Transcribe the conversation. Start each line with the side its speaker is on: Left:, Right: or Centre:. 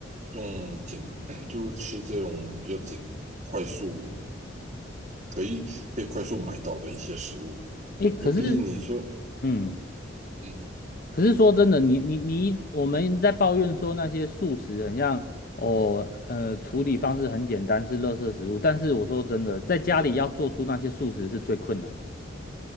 Right: 用简，<clears throat> 就是吃这种比较简、快速可以被快速买到的一些食物，
Left: 诶，可是
Right: 因为毕竟你说，
Left: 嗯。
Right: 嗯
Left: 可是说真的，你你你一，我们在抱怨说那些素食很像哦，呃，处理方式很简单，是垃圾食物。但是我说真的，在家里要做出那些素食是最困难的。
Right: 嗯